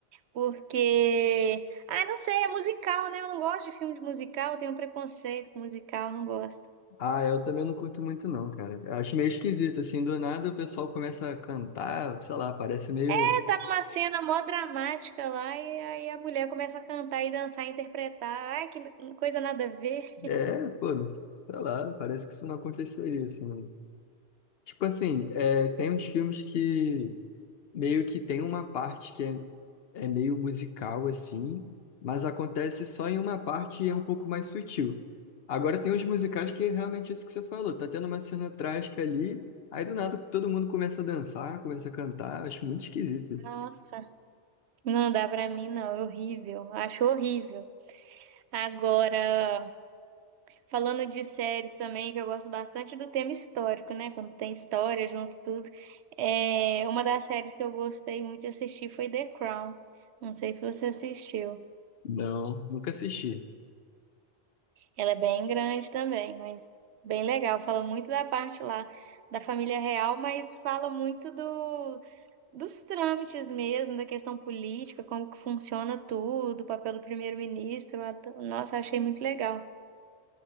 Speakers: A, on the right (about 80°); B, on the left (about 70°).
A: Porque, ah, não sei, é musical, né? Eu não gosto de filme de musical, eu tenho um preconceito com musical, não gosto.
B: Ah, eu também não curto muito não, cara. Eu acho meio esquisito, assim, do nada o pessoal começa a cantar, sei lá, parece meio...
A: É, tá numa cena mó dramática lá e aí a mulher começa a cantar e dançar e interpretar. Ai, que coisa nada a ver.
B: É, pô, sei lá, parece que isso não aconteceria, assim. não. Tipo assim, é, tem uns filmes que meio que tem uma parte que é, é meio musical assim, mas acontece só em uma parte e é um pouco mais sutil. Agora tem os musicais que é realmente isso que você falou, tá tendo uma cena trágica ali, aí do nada todo mundo começa a dançar, começa a cantar, acho muito esquisito isso.
A: Nossa, não dá pra mim, não, é horrível, acho horrível. Agora, falando de séries também, que eu gosto bastante do tema histórico, né? Quando tem história junto tudo. É, uma das séries que eu gostei muito de assistir foi The Crown. Não sei se você assistiu.
B: Não, nunca assisti.
A: Ela é bem grande também, mas bem legal. Fala muito da parte lá da família real, mas fala muito do, dos trâmites mesmo, da questão política, como que funciona tudo, o papel do primeiro-ministro. Eu ado- Nossa, achei muito legal.